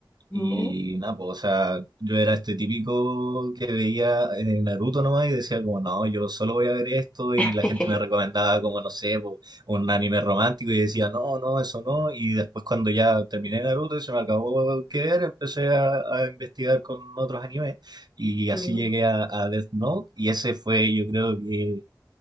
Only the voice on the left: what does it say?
Ya.
<laughs>
Mm.